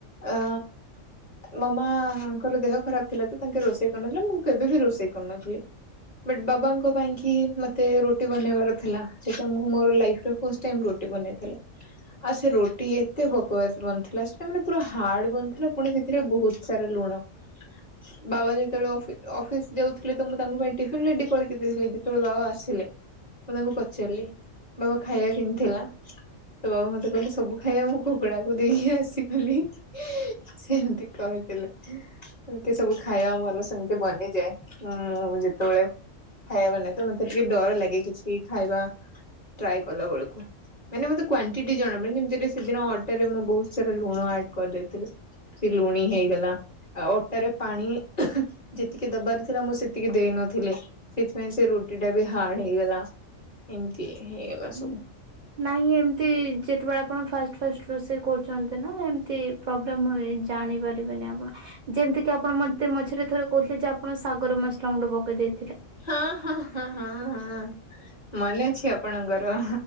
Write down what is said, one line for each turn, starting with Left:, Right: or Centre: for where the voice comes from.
Left: ଆ ମାମା। ତାଙ୍କର ଦେହ ଖରାପ ଥିଲା ତ ତାଙ୍କେ ରୋଷେଇ କରିନଥିଲେ ମୁଁ କେବେ ବି ରୋଷେଇ କରିନଥିଲି। ବଟ୍ ବାବାଙ୍କ ପାଇଁ କି ମତେ ରୁଟି ବନେଇବାର ଥିଲା ସେଇଟା ମୁଁ ମୋର ଲାଇଫି ର। ଫଷ୍ଟ ଟାଇମ୍ ରୁଟି ବନେଇଥିଲି। ଆଉ ସେ ରୁଟି ଏତେ ବକବାସ୍ ବନିଥିଲା ସେଇଟା ମାନେ ପୁରା ହାର୍ଡ ବନିଥିଲା ପୁଣି ସେଥିରେ ବହୁତ ସାରା ଲୁଣ। <unintelligible> ବାବା ଯେତେବେଳେ ଅଫି ଅଫିସ ଯାଉଥିଲେ ତ ମୁଁ ତାଙ୍କୁ ପାଇଁ ଟିଫିନ ରେଡି କରିକି ଦେଇ ଦେଇ ଯେତେବେଳେ ବାବା ଆସିଲେ। ମୁଁ ତାଙ୍କୁ ପଚାରିଲି। ବାବା ଖାଇବା କେମତି ହେଲା? ତ ବାବା ମତେ କହିଲେ ସବୁ ଖାଇବା ମୁଁ କୁକୁଡାଙ୍କୁ ଦେଇକି ଆସିଗଲି। ସେମତି କହିଥିଲେ। ଏମତି ସବୁ ଖାଇବା ମୋର ସେମତି ବନିଯାଏ ମୁଁ ଯେତବଳେ ଖାଇବା ବନାଏ ତ ମତେ ଟିକେ ଡର ଲାଗେ କିଛି ଖାଇବା ଟ୍ରାଏ କଲାବେଳୁକୁ ମାନେ ମୋତେ କ୍ଵାଣ୍ଟିଟି ଜଣା ମାନେ ଯେମିତି ସେଦିନ ଟାରେ ମୁଁ ବହୁତ ସାରା ଲୁଣ ଆଡ କରିଦେଇଥିଲି ସେ ଲୁଣି ହେଇଗଲା। ଆଉ ଅଟାରେ ପାଣି ଯେତିକି ଦବାର ଥିଲା ମୁଁ ସେତିକି ଦେଇନଥିଲି। ସେଥିପାଇଁ ସେ ରୁଟି ଟା ବି ହାର୍ଡ ହେଇଗଲା ଏମତି ହେଇଗଲା
Right: ହୁଁ।
Left: ସବୁ।
Right: ନାଇଁ ଏମତି ଯେତେବେଳେ ଆପଣ ଫାଷ୍ଟ ଫାଷ୍ଟ ରୋଷେଇ କରୁଚନ୍ତି ନା ଏମତି ପ୍ରୋବ୍ଲେମ୍ ହୁଏ ଜାଣିପାରିବେନି ଆପଣ। ଯେମତିି କି ଆପଣ ମତେ ମଝିରେ ଥରେ କହୁଥିଲେ ଯେ ଆପଣ ଶାଗରେ ମସଲା ଗୁଣ୍ଡ ପକେଇ ଦେଇ
Left: ହଁ ହଁ ହଁ ହଁ ହଁ ମନେ ଅଛି ଆପଣଙ୍କର?